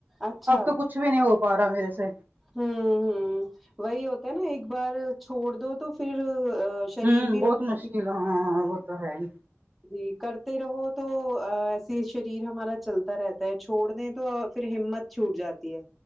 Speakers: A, in the centre; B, on the right.
A: اچھا
B: اب تو کچھ بھی نہیں ہو پا رہا میرے سے
A: ہوں ہ وہی ہوتا ہے نا ایک بار چھوڑ دو تو پھر شریر
B: ہوں
A: بھی
B: بہت
A: ہمارا
B: مشکل ہاں وہ تو ہے ہی
A: جی کرتے رہو تو ایسے شریر ہمارا چلتا رہتا ہے چھوڑ دیں تو پھر ہمت چھوٹ جاتی ہے